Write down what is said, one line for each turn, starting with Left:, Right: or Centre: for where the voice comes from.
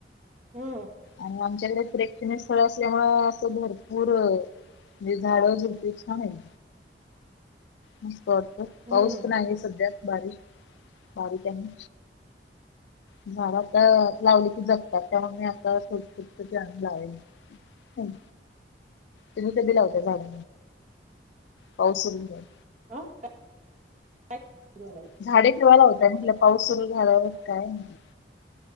Right: हम्म
Left: आणि आमच्याकडे प्रेक्षणी स्थळ असल्यामुळ असं भरपूर म्हणजे झाडं झुडपी छान आहेत. मस्त! वाटत
Right: हम्म
Left: पाऊस पण आहे, सध्या बारीक बारीक आहे. झाडं आता लावली की, जगतात त्यामुळे मी आत्ता थोडी छोटी छोटी आणून लावायची. हम्म, तुम्ही कधी लावताय झाड पाऊस सुरू झाल्यावर?
Right: आ काय? <unintelligible> सुरू झाल्यावर?
Left: झाडे ठेवायला होतय म्हटलं, पाऊस सुरू झाल्यावर काय म्हटलं?